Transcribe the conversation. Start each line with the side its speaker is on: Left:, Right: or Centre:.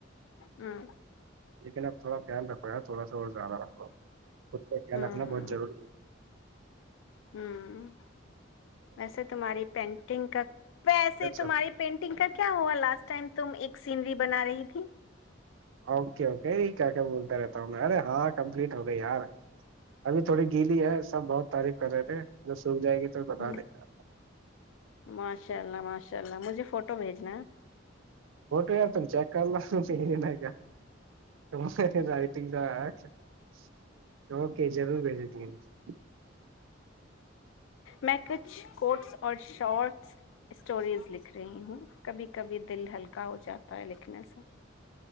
Left: ہوں <unintelligible>
Right: لیکن اب تھوا خل رکھوا تھوڑا اور زیادہ رہا <unintelligible> خود کا خیال
Left: ہوں
Right: رکھنا بہت ضروری ہے <unintelligible> <unintelligible>
Left: ہوں ویسے تمہاری پینٹنگ کا ویسے
Right: اچھا
Left: تمہاری پینٹنگ کا کیا ہوا لاسٹ ٹائم <unintelligible> <unintelligible> تم ایک سینری بنا رہی تھی <unintelligible> <unintelligible>
Right: اوکے اوکے کیا کیا بولتا رہتا ہوں میں ارے ہاں کمپلیٹ ہو گئی یار ابھی تھوڑی گیلی ہے سب بہت تعریف کر رہے تھے <unintelligible> تو بتا
Left: ہ
Right: دیں گے
Left: ماشاء اللہ ماشاءلہ <unintelligible> انشاء اللہ مجھے فوٹو بھیجنا ہے <unintelligible>
Right: بوٹ ہتن چکاالنائکا <unintelligible> آئی ت <unintelligible> <inaudible> <unintelligible> تووک جب بھیج دیتیے <unintelligible>
Left: میں کچھ کوٹس اور شارٹس سٹوریز لکھ رہی ہوں کبھی کبھی دل ہلکا ہو جاتا ہے لکھنے سے <unintelligible>